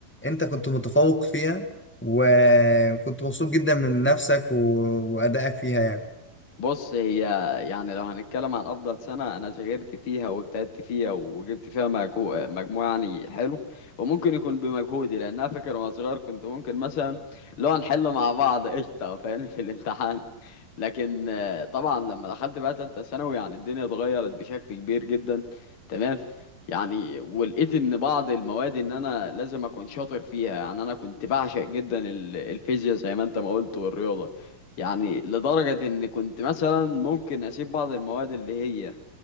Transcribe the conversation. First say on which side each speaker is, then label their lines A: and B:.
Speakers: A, in the centre; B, on the left.
A: أنت كنت متفوق فيها وكنت مبسوط جدا من نفسك و... وأدائك فيها يعني
B: بص هي يعني لو هنتكلم عن افضل سنه انا ذاكرت فيها واجتهدت فيها وجبت فيها مجهو- مجموع يعني حلو وممكن يكون بمجهودي لان انا فاكر وانا صغير كنت ممكن مثلا لو هنحل مع بعض قشطه فاهم في الامتحان لكن آه، طبعا لما دخلت بقى تالتة ثانوي يعني الدنيا اتغيرت بشكل كبير جدا تمام يعني ولقيت ان بعض المواد ان انا لازم اكون شاطر فيها يعني انا كنت بعشق جدا ال- الفيزياء زي ما انت ما قلت والرياضه يعني لدرجة إن كنت مثلا ممكن أسيب بعض المواد اللي هي